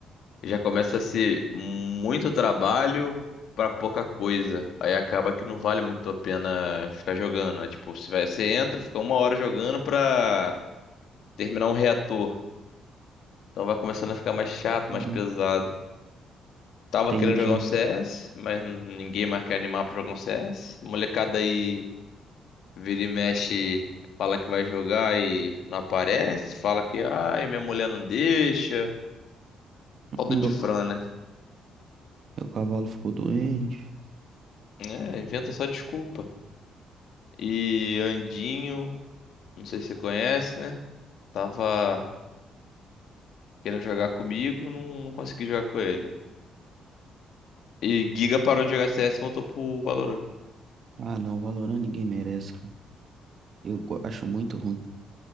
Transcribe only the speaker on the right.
Hum,
Entendi.
Meu,
meu cavalo ficou doente.
Ah, não, Valorant ninguém merece, cara. Eu go- acho muito ruim.